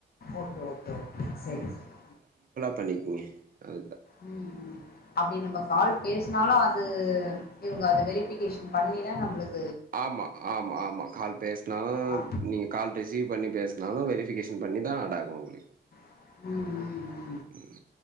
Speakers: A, on the left; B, on the right.
A: ஓகே ஓகே ஓகே செரி செரி
B: பண்ணிக்குங்க அது
A: உம் அப்டி நம்ம கால் பேசுனாலும் அது இவங்க அது வெரிபிகேஷன் பண்ணிதான் நம்மளுக்
B: ஆமா ஆமா ஆமா கால் பேசுனாலும்
A: ஆ
B: நீங்க கால் ரிசீவ் பண்ணி பேசுனாலும் வெரிபிகேஷன் பண்ணிதான் <unintelligible>
A: உம் உம் ம்
B: ம்